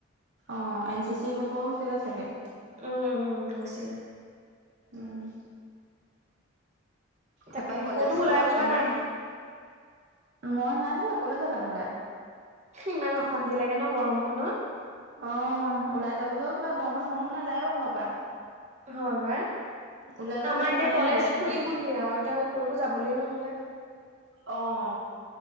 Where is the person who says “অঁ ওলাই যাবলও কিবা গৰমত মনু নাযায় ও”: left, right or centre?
Right